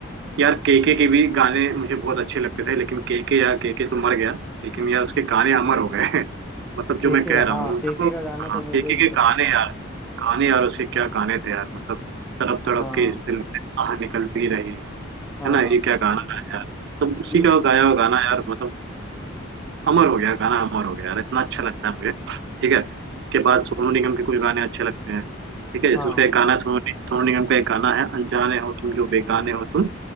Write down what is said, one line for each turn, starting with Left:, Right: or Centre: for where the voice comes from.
Right: यार केके के भी गाने मुझे बहुत अच्छे लगते थे लेकिन केके यार केके तो मर गया लेकिन यार उसके गाने अमर हो गए <laughs> मतलब जो
Centre: के
Right: मैं
Centre: के
Right: कह रहा
Centre: हाँ
Right: हूँ मतलब
Centre: के के
Right: वो-
Centre: का गाना तो
Right: हाँ केके
Centre: मुझे भी सही
Right: के गाने
Centre: लगता है
Right: यार गाने यार उसके क्या गाने थे यार मतलब तड़प तड़प
Centre: हाँ
Right: के इस दिल से आह निकलती रही है
Centre: हाँ
Right: ना ये क्या गाना है यार मतलब उसी
Centre: ये-
Right: का गाया हुआ गाना यार मतलब अमर हो गया गाना अमर हो गया यार इतना अच्छा लगता है मुझे ठीक है उसके बाद सोनू निगम के कुछ गाने अच्छे लगते हैं ठीक है जैसे
Centre: हाँ
Right: उसका एक गाना है सोनू नि- सोनू निगम का एक गाना है अनजाने हो तुम जो बेगाने हो तुम